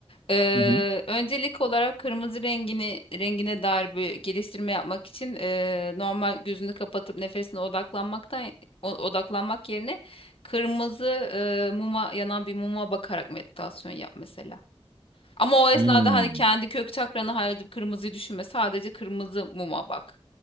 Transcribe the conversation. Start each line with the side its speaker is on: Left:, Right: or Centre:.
Left: Eee,
Right: <laughs> Hı hı.
Left: öncelik olarak kırmızı rengini rengine dair bir geliştirme yapmak için eee, normal gözünü kapatıp nefesine odaklanmaktan o- odaklanmak yerine kırmızı eee, muma yanan bir muma bakarak meditasyon yap mesela. Ama o esnada
Right: Hmm.
Left: hani kendi kök çakranı hayal edip kırmızıyı düşünme. Sadece kırmızı muma bak.